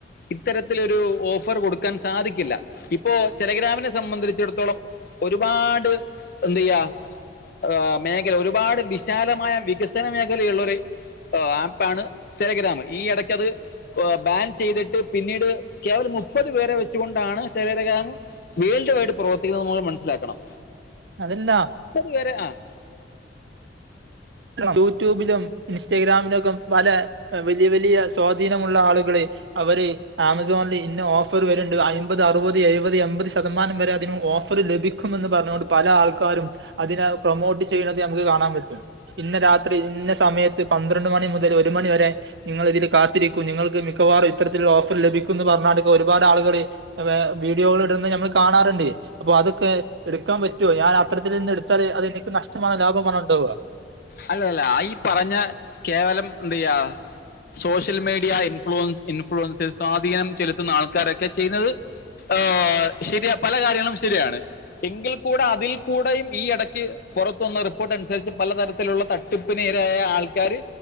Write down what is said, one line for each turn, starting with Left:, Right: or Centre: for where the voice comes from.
Left: ഇത്തരത്തിലൊരു ഓഫർ കൊടുക്കാൻ സാധിക്കില്ല ഇപ്പോ ടെലഗ്രാമിനെ സംബന്ധടിച്ചെട്ത്തോളം ഒരുപാട് എന്തെയ്യാ ആഹ് മേഖെല ഒരുപാട് വിശാലമായ വികസന മേഖെലയുള്ളൊര് ഒ ആപ്പാണ് ടെലഗ്രാമ് ഈ എടയ്ക്കത് ബാൻ ചെയ്തിട്ട് പിന്നീട് കേവലം മുപ്പത് പേരെ വെച്ച്കൊണ്ടാണ് ടെലെലെഗ്രാം വേൾഡ് വൈഡ് പ്രവർത്തിക്കുന്നത് മൂലം മൻസ്സ്ലാക്കണം
Right: അതെന്താ
Left: അത് വെരെ ആഹ്
Right: യൂടുബ്‌ലും ഇൻസ്റ്റാഗ്രാമിലൊക്കെ പല വലിയ വലിയ സ്വാധീനമുള്ള ആളുകള് അവര് ആമസോൺല് ഇന്ന ഓഫർ വര്ണ്ട് അയ്മ്പത് അറുവത് എഴുവത് എമ്പത് ശതമാനം വെരെ അതിന് ഓഫ് ഫെറ് ലെഭിക്കുമെന്ന് പർഞ്ഞു കൊണ്ട് പല ആൾക്കാരും അതിനെ പ്രൊമോട്ട് ചെയ്യ്ണത് ഞമ്ക്ക് കാണാം പെറ്റും ഇന്ന രാത്രി ഇന്ന സമയത്ത് പന്ത്രണ്ട് മണി മുതല് ഒരു മണി വരെ നിങ്ങള് ഇതില് കാത്തിരി ക്കൂ നിങ്ങൾക്ക് മിക്കവാറും ഇത്തര്ത്തില്ള്ള ഓഫർ ലഭിക്കുംന്ന് പർഞ്ഞാണ്ട്ക്കെ ഒരുപാട് ആള്കള് വേ വീഡിയോകള് ഇട്ന്നെ ഞമ്മള് കാണാറ്ണ്ട് അപ്പൊ അതൊക്കെ എട്ക്കാം പറ്റോ ഞാൻ അത്തരത്തില് നിന്നെട്ത്താൽ അതെനിക്ക് നഷ്ടമാണോ ലാഭമാണോണ്ടാവ
Left: അല്ല അല്ലലാ ഈ പറഞ്ഞ കേവലം എന്തെയ്യാ സോഷ്യൽ മീഡിയ ഇൻഫ്ലുവൻസ് ഇൻഫ്ലുവൻസേസ് സാധീനം ചെല്ത്തുന്ന ആൾക്കാരൊക്കെ ചെയ്ന്നത് ആഹ് ശെരിയാ പല കാര്യങ്ങളും ശെരിയാണ് എങ്കിൽ കൂടെ അതിൽ കൂടെയും ഈ ഇടയ്ക്ക് പാെറത്ത് വന്ന റിപ്പോർട്ട് അൻസര്ച്ച് പല തര ത്തിലുള്ള തട്ട്പ്പ്ന് ഇരായായ ആൾക്കാര്